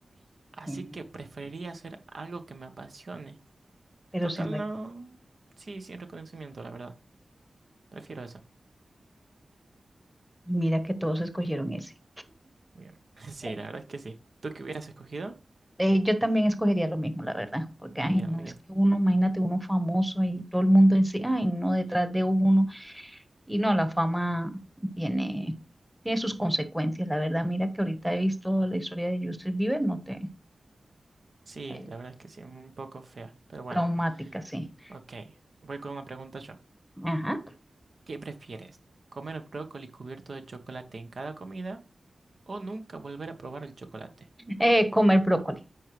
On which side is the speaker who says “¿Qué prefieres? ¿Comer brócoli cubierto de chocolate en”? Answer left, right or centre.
Right